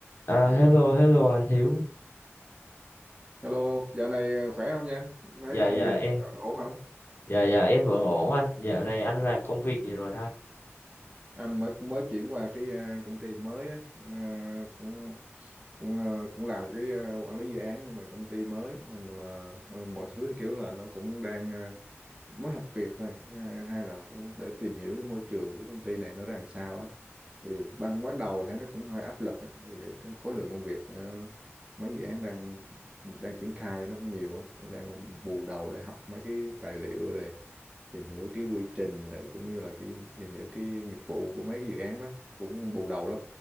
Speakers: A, on the left (about 50°); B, on the right (about 25°).
A: À, hello, hello anh Hiếu.
B: Hello, dạo này khỏe không nha? Thấy
A: Dạ,
B: công
A: dạ
B: việc
A: em.
B: ổn không?
A: Dạ, dạ em vẫn ổn anh. Dạo này anh làm công việc gì rồi ha?
B: Anh mới mới chuyển qua cái à, công ty mới á, ờ, cũng cũng à, cũng làm cái à, quản lý dự án nhưng mà công ty mới nên là ờ, mọi thứ kiểu là nó cũng đang à, mới học việc thôi, À, hay là cũng để tìm hiểu cái môi trường của công ty này nó ra làm sao á. Thì ban bắt đầu thấy nó cũng hơi áp lực á, tại vì trong khối lượng công việc ờ, mấy dự án đang đang triển khai nó cũng nhiều á, cũng đang bù đầu để học mấy cái tài liệu rồi tìm hiểu cái quy trình rồi cũng như là cái tìm hiểu cái nghiệp vụ của mấy cái dự án đó cũng bù đầu lắm